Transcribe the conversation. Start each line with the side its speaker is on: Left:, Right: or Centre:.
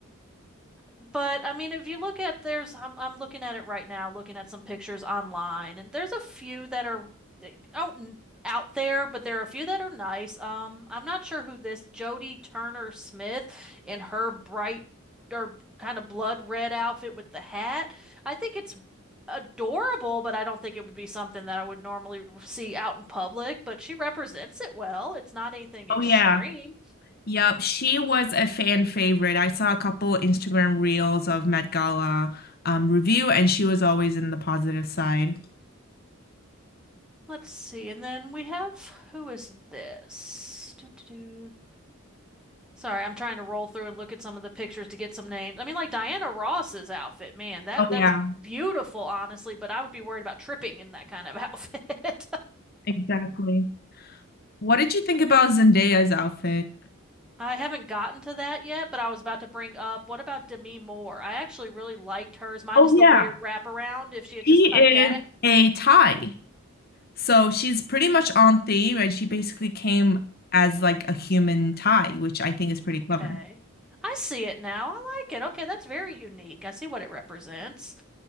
Centre: But I mean, if you look at there's, I'm I'm looking at it right now, looking at some pictures online, and there's a few that are they- out n- out there, but there are a few that are nice. Um, I'm not sure who this Jodie Turner Smith in her bright or kind of blood red outfit with the hat. I think it's adorable, but I don't think it would be something that I would normally see out in public. But she represents it well. It's not anything extreme.
Left: Oh yeah. Yep. She was a fan favorite. I saw a couple Instagram reels of Met Gala um, review, and she was always in the positive side.
Centre: Let's see. And then we have who is this? Doo, doo, doo. Sorry, I'm trying to roll through and look at some of the pictures to get some names. I mean, like Diana Ross's outfit, man, that
Left: Oh
Centre: that's
Left: yeah,
Centre: beautiful, honestly, but I would be worried about tripping in that kind of <laughs> outfit.
Left: exactly. What did you think about Zendaya's outfit?
Centre: I haven't gotten to that yet, but I was about to bring up, what about Demi Moore? I actually really liked hers, minus
Left: Oh yeah,
Centre: the weird wraparound. If she had
Left: she
Centre: just cut
Left: is
Centre: that out.
Left: a Thai. So she's pretty much on theme, and she basically came as like a human Thai, which I think is pretty clever.
Centre: Okay. I see it now. I like it. Okay, that's very unique. I see what it represents.